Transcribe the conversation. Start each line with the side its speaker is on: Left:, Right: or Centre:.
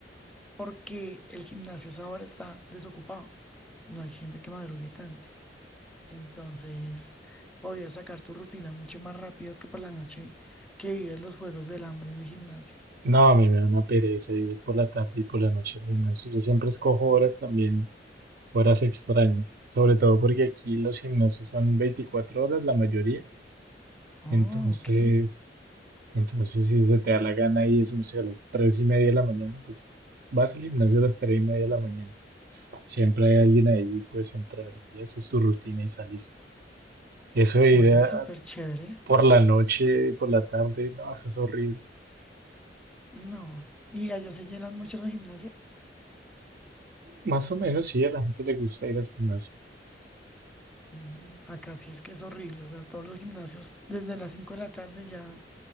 Centre: porque el gimnasio a esa hora está desocupado, no hay gente que madrugue tanto. Entonces, podías sacar tu rutina mucho más rápido que por la noche que vives los juegos del hambre en el gimnasio.
Right: No, a mí me da una pereza ir por la tarde y por la noche al gimnasio. Yo siempre escojo horas también, horas extrañas, sobre todo porque aquí los gimnasios son 24 horas la mayoría.
Centre: Oh,
Right: Entonces,
Centre: ok.
Right: entonces si se te da la gana ir, no sé, a las 3 y media de la mañana, pues vas al gimnasio a las 3 y media de la mañana. Siempre hay alguien ahí, puedes entrar y haces tu rutina y saliste. Eso de
Centre: Oye,
Right: ir a-
Centre: súper chévere.
Right: por la noche, por la tarde, no, eso es horrible.
Centre: No. ¿Y allá se llenan mucho las gimnasias.
Right: Más o menos sí, a la gente le gusta ir al gimnasio.
Centre: Mm, Acá sí es que es horrible. O sea, todos los gimnasios desde las 5 de la tarde ya